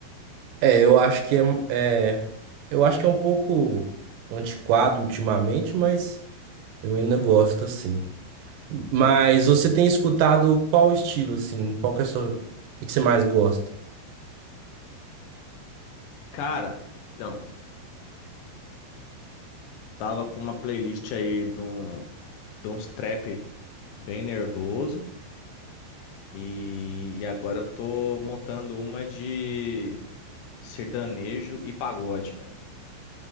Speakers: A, on the right (about 80°); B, on the left (about 75°).
A: É, eu acho que é, é- eu acho que é um pouco antiquado ultimamente, mas eu ainda gosto assim. Mas você tem escutado qual estilo assim? Qual que é a sua, o que que você mais gosta?
B: Cara, então, tava com uma playlist aí de, um, de uns trap bem nervoso e, e agora eu tô montando uma de sertanejo e pagode, cara.